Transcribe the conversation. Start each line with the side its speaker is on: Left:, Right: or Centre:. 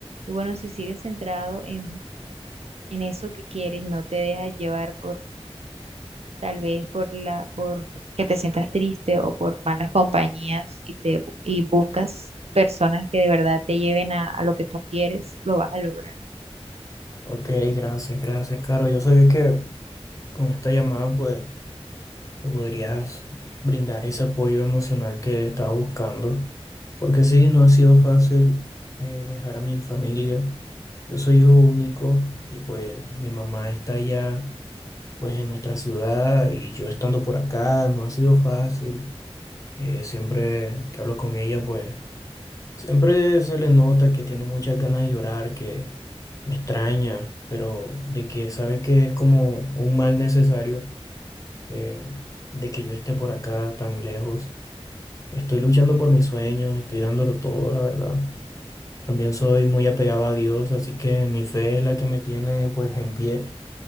Right: Y bueno, si sigues centrado en, en eso que quieres y no te dejas llevar por tal vez por la, por que te sientas triste o por malas compañías y te bu- y buscas personas que de verdad te lleven a, a lo que tú quieres, lo vas a lograr.
Left: Ok, gracias, gracias, Caro. Yo sabía que con esta llamada pues me podrías brindar ese apoyo emocional que estaba buscando, porque sí, no ha sido fácil eh, dejar a mi familia. Yo soy hijo único y pues mi mamá está allá, pues en nuestra ciudad y yo estando por acá, no ha sido fácil. Eh, siempre que hablo con ella, pues siempre se le nota que tiene muchas ganas de llorar, que me extraña, pero de que sabe que es como un mal necesario eh, de que yo esté por acá tan lejos. Estoy luchando por mis sueños, estoy dándolo todo, la verdad. También soy muy apegado a Dios, así que mi fe es la que me tiene pues en pie.